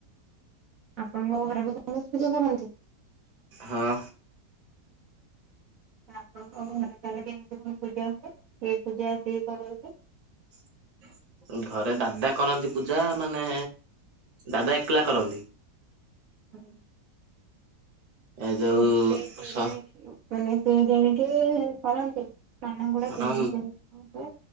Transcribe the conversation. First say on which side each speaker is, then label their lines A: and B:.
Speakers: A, on the right (about 60°); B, on the right (about 30°).
A: ଆପଣଙ୍କ ଘରେ ବି କୌଣସି ପୂଜା କରନ୍ତି?
B: ହଁ।
A: ଆପଣଙ୍କ ଘରେ ତାହଲେ କେମିତି କ ପୂଜା ହୁଏ ସେ ପୂଜା ଆସିକି କରଛି <unintelligible>
B: <inaudible> ଘରେ ଦାଦା କରନ୍ତି ପୂଜା ମାନେ ଦାଦା ଏକଲା କରନ୍ତି।
A: ହୁଁ।
B: ଏ ଯୋଉ
A: ମୂର୍ତ୍ତି ତିଆରି
B: ସ
A: ଆଣିକି ମାନେ କିଣି ଆଣିକି କରନ୍ତି? ସାନ ଗୁଡା କେମିତି
B: ହଁ
A: କେମିତି କଣ ହୁଏ